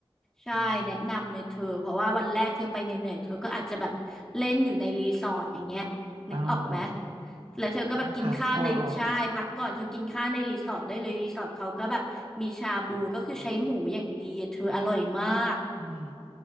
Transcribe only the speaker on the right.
อืมอ่าว
ต้องพักก่อนโอ้ย อืม